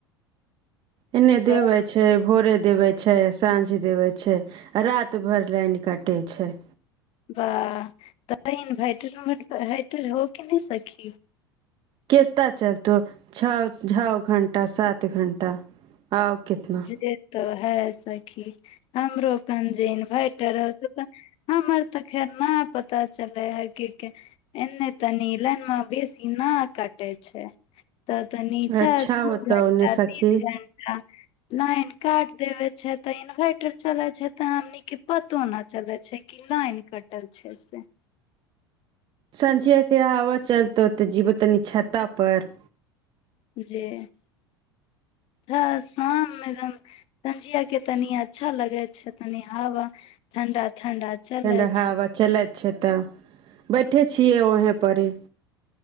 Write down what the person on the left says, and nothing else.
तऽ
वाह तऽ इन्वर्टर इन्वर्टर होके नय सखी
जे तो है सखी हमरो कन जे इन्वोटर है हमर तऽ खेर ना पता चलै है क क एने तनी लइन मे बेसी न कटे छै तऽ तऽ नीचा
<inaudible> दू
घण्टा
तीन घण्टा लाइन काट देबे छै तऽ इन्वर्टर चलैत छै तऽ हमने पतो नय चलैत छै इ आइन कटल छै से
<unintelligible> संझिया के तनि अच्छा लगे छै तनि हवा ठंडा ठंडा चले
छै